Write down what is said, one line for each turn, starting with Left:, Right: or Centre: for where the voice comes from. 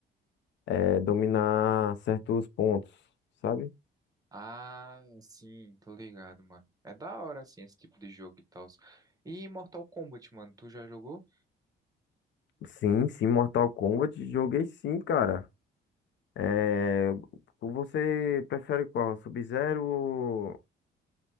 Left: é, dominar certos pontos, sabe?
Right: Ah, sim, tô ligado, mano. É da hora, assim, esse tipo de jogo e tal. E Mortal Kombat, mano, tu já jogou?
Left: Sim, sim, Mortal Kombat, joguei sim, cara. É,
Right: Tu-
Left: você prefere qual? Sub-Zero ou